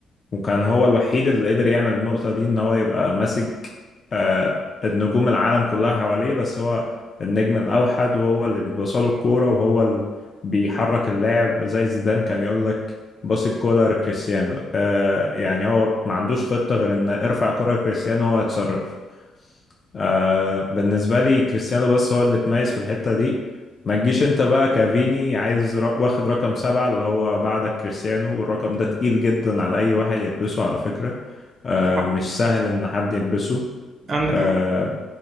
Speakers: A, on the left; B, on the right.
A: وكان هو الوحيد اللي قدر يعمل النقطة دي ان هو يبقى ماسك آه، النجوم العالم كلها حواليه بس هو النجم الأوحد وهو اللي بيبصله الكورة وهو اللي بيحرك اللاعب زي زيدان كان يقول لك باص الكورة لكريستيانو آه، يعني هو ما عندوش خطة غير ان ارفع كرة لكريستيانو هو يتصرف آه بالنسبة لي كريستيانو بس هو اللي اتميز في الحتة دي ما تجيش انت بقى كافيني عايز ر... واخد رقم سبعة اللي هو بعدك كريستيانو والرقم ده تقيل جدا على أي واحد يلبسه على فكرة آه
B: عندك حق
A: مش سهل إن حد يلبسه
B: عندك
A: آه
B: حق